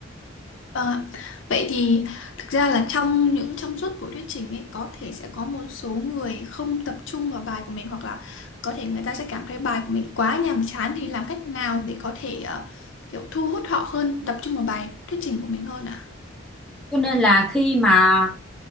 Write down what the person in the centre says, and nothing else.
cho nên là khi mà